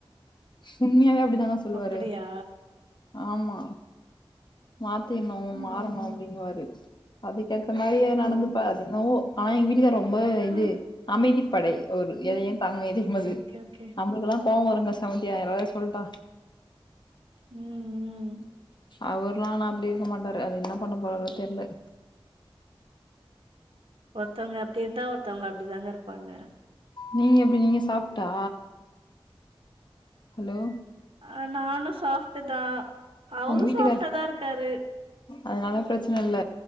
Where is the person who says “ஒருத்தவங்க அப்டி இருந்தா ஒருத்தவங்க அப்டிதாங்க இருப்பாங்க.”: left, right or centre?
Right